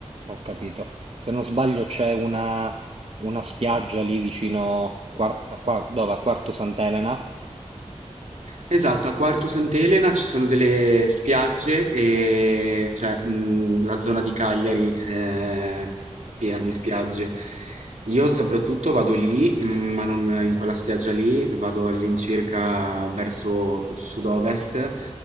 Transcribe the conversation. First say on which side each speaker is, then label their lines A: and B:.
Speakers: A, on the right; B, on the right.
A: ho capito. Se non sbaglio c'è una, una spiaggia lì vicino Quar- a Qua- dove, a Quarto Sant'Elena.
B: Esatto, a Quartu Sant'Elena ci sono delle spiagge e cioè mh, la zona di Cagliari è piena di spiagge. Io soprattutto vado lì, mh, ma non in quella spiaggia lì, vado all'incirca verso sud-ovest,